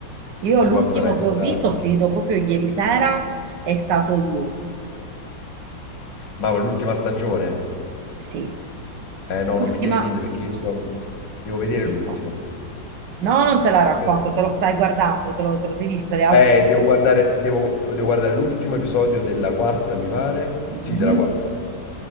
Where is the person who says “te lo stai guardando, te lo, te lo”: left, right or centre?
Right